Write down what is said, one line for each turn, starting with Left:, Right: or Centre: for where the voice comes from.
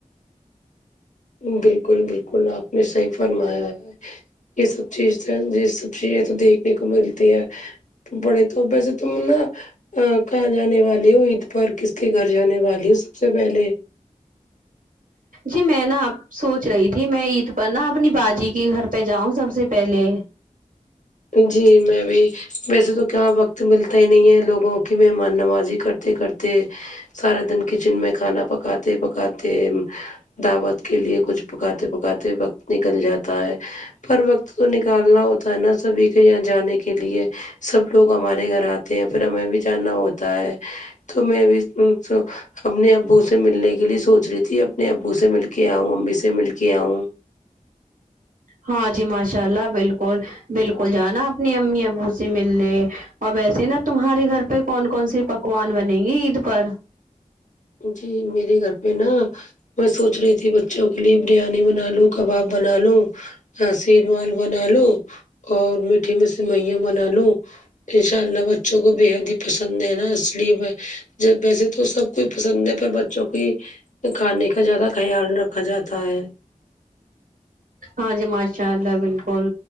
Left: بالکل بالکل آپ نے صحیح فرمایا ہے یہ سب چیز یہ سب چیزیں تو دیکھنے کو ملتی ہے پڑے تو ویسے تم نا ا کہاں جانے والی ہو عید پر کس کے گھر جان والی ہو سب سے پہلے
Right: جی میں نا اب سونچ رہی تھی میں عید پر نا اپنی باجی کے گھر پہ جاؤں سب سے پہلے
Left: جی میں بھی ویسے تو کیا وقت ملتا ہی نہیں ہے لوگوں کی مہمان نوازی کرتے کرتے سارا دن کچن میں کھانا پکاتے پکاتے دعوت کے لیے کچھ پکاتے پکاتے وقت نکل جاتا ہے پر وقت تو نکالنا ہوتا ہے نا سبھی کے یہاں جانے کے لیے سب لوگ ہمارے گھر آتے ہیں پھر ہمیں بھی جانا ہوتا ہے تو میں بھی تو اپنے ابو سے ملنے کے لیے سونچ رہی تھی اپنے ابو سے مل کے آؤں امی سے مل کے آؤں
Right: ہاں جی ماشاء اللہ بالکل بالکل جانا اپنے امی ابو سے ملنے اور ویسے نا تمہارے گھر پہ کون کون سی پکوان بنے گی عید پر
Left: جی میرے گھر پہ نا میں سونچ رہی تھی بچوں کے لیے بریانی بنا لوں کواب بنا لوں ا شیر مال بنا لو اور میٹھی میں سے میاں بنا لو ان شاء اللہ بچوں کو بے حد ہی پسند ہے نا اس لیے میں جب ویسے تو سب کوئی پسند ہے پر بچوں کی کھانے کا زیادہ خیال رکھا جاتا ہے
Right: ہاں جی ماشاء اللہ بالکل